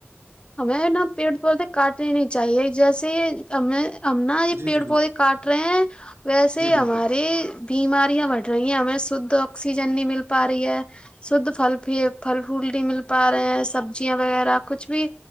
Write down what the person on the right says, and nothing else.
جی
جی بالکل
جی
بالکل